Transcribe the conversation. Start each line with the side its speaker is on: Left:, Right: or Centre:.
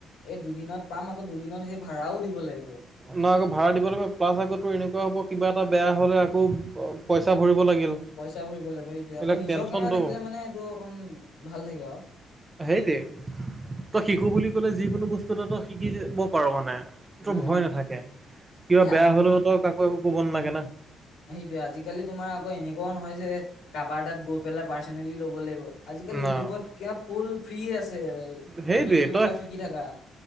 Left: এই দুদিনত পাম। আকৌ দুদিনত সেই ভাড়াও দিব লাগিব।
Right: ন' আকৌ ভাড়া দিব লাগিব। প্লাছ আক' তোৰ এনেকুৱা হ'ব, কিবা এটা বেয়া হ'লে আকৌ প- পইচা ভৰিব লাগিল
Left: পইচা ভৰিব লাগিব, এইটোৱে।
Right: এইবিলাক
Left: আকৌ নিজৰ
Right: টেনচনটো
Left: কেমেৰা থাকিলে মানে, সেইটো অকণ ভাল থাকে আৰু।
Right: সেইটোৱে। তই শিকোঁ বুলি ক'লে, যিকোনো বস্তুটো তই শিকিব পাৰ মানে।
Left: উম,
Right: তো
Left: উম।
Right: ভয় নাথাকে। কিবা
Left: এ
Right: বেয়া হ'লেও তই কাকো একো কব নালাগে না।
Left: সেইটোৱে। আজিকালি তোমাৰ আকৌ এনেকুৱাও নহয় যে, কাৰোবাৰ তাত গৈ পেলাই পাৰ্ছনেলি ল'ব লাগিব। আজিকালি
Right: না,
Left: ইউটিউবত কিবা ফুল ফ্ৰি আছে। তুমি
Right: সেইটোৱেই
Left: ইউটিউবৰ
Right: তই
Left: পৰা শিকি থাকা।